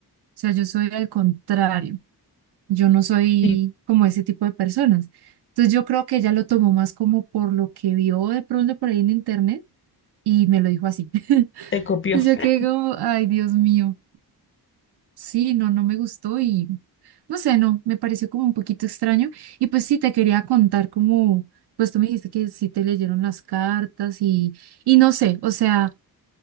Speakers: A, on the right; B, on the left.
A: O sea, yo soy al contrario. Yo no soy
B: Sí,
A: como ese tipo de personas. Entonces yo creo que ella lo tomó más como por lo que vio de pronto por ahí en internet y me lo dijo así. <laughs> Entonces
B: te copió. <laughs>
A: yo quedé como, ay, Dios mío, sí, no, no me gustó y no sé, no, me pareció como un poquito extraño. Y pues sí, te quería contar como, pues tú me dijiste que sí te leyeron las cartas y, y no sé, o sea,